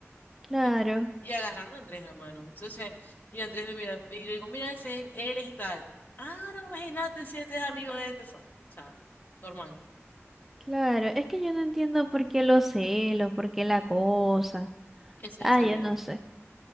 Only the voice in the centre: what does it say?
Claro.
Claro, es que yo no entiendo por qué los celos, por qué la cosa.
Ah,
yo no sé.